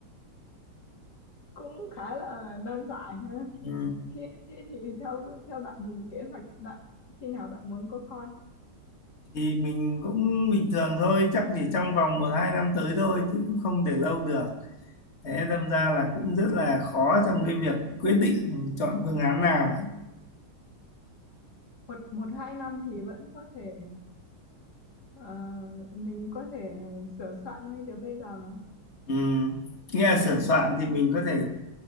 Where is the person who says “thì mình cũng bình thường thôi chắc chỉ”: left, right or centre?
Left